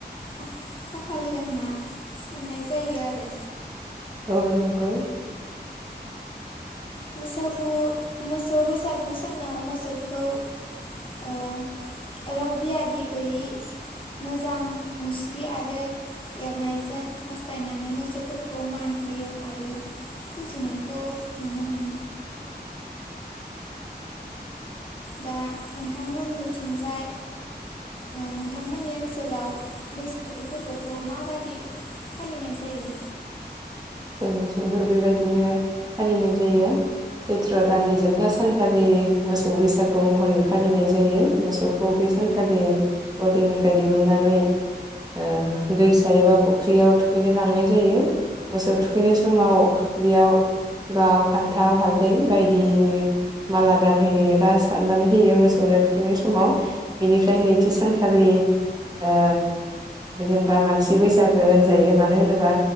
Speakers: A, on the left; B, on the right.
A: खा-खाफाल होनना साननाय जायो आरो
B: औ नंगौ
A: मैसागु मोसौ बैसागु सानाव मोसौखौ ओ रग बियादि गैयि मोजां मुस्रि आरो एरनायजों हास्थायनानै मोसौफोरखौ मान होयो आरो फुजिनायखौ नुनो मोनो दा नोंथांमोननिथिंजाय ओ नोंथांमोननि ओनसोलाव बैसागु फोरबोखौ माबादि फालिनाय जायो?
B: जोंनिथिंबो बेबायदिनो फालिनाय जायो सैथ्र दाननि जोबथा सानखालि मोसौ बैसागु महरै फालिनाय जायो। मोसौखौ बे सानखालि गलिनिफ्राय दिहुननानै ओ दैसा एबा फुख्रियाव थुखैनो लांनाय जायो मोसौ थुखैनाय समाव बेयाव लाउ फान्थाव हालदै बायदिनि माला गानहोयो एबा सारनानै होयो मोसौनो थुखैनाय समाव बिनिफ्राय नैथि सानखालि ओ जेनबा मानसि बैसागो होनजायो मानो होनोबा